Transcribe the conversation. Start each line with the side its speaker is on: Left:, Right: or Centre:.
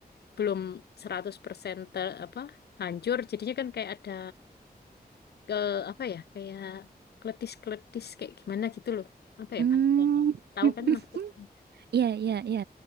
Left: belum 100% ter, apa hancur jadinya kan kayak ada ke apa ya kayak kletis-kletis kayak gimana gitu loh apa ya
Right: Hmm.
Left: bahasanya tahu
Right: <laughs>
Left: kan maksudnya
Right: Iya, iya, iya.